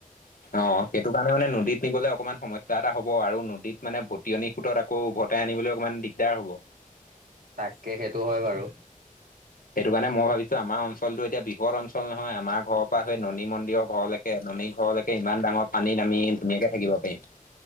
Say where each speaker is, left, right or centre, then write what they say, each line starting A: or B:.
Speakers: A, on the left; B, on the right.
A: অঁ, সেইটো কাৰণে মানে নদীত নিবলে অকমান সমস্যা এটা হ'ব আৰু নদীত মানে ভটিয়নি সোঁতত আক্ আকৌ উভতাই আনিবলৈ অকণমান দিগদাৰ হ'ব।
B: তাকে, সেইটো হয় বাৰু।
A: সেইটো কাৰণে মই ভাৱিছোঁ আমাৰ অঞ্চলটো এতিয়া বৃহৎ অঞ্চল নহয়। আমাৰ ঘৰপৰা সেই ননি মন্দিৰৰ ঘৰলে কে ননী ঘৰলৈকে ইমান ডাঙৰ পানীত আমি ধুনীয়াকে থাকিব পাৰিম।